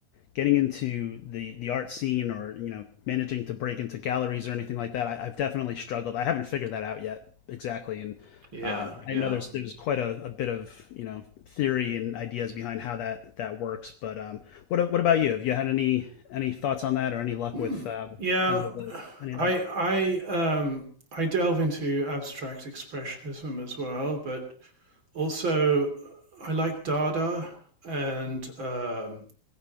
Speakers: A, on the left; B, on the right.
A: getting into the the art scene or you know managing to break into galleries or anything like that I, have definitely struggled i haven't figured that out yet exactly and
B: Yeah,
A: um,
B: yeah.
A: i know there's there's quite a, a, bit of you know theory and ideas behind how that that works but um, what what about you have you had any any thoughts on that or any luck
B: Hmm.
A: with um,
B: Yeah,
A: any of the
B: <sighs>
A: any
B: I
A: of that
B: I um I delve into abstract expressionism as well, but also, I like Dada, and um,